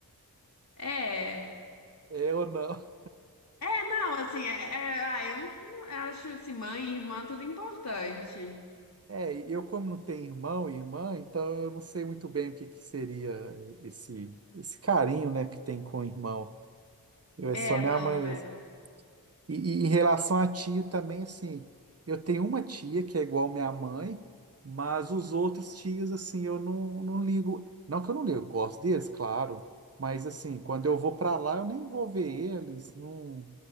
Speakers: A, on the left; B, on the right.
A: É.
B: É ou não?
A: É, não, assim, é, é- ah, eu não, não- acho assim, mãe e irmã tudo importante.
B: É, e eu como não tenho irmão e irmã, então eu não sei muito bem o que que seria esse, esse carinho, né, que tem com o irmão. Eu é
A: É,
B: só minha
A: não.
B: mãe mesmo.
A: é.
B: E, e em relação a tio também, assim, eu tenho uma tia que é igual minha mãe, mas os outros tios, assim, eu não, não ligo. Não que eu não ligo, eu gosto deles, claro, mas, assim, quando eu vou para lá, eu nem vou ver eles, não,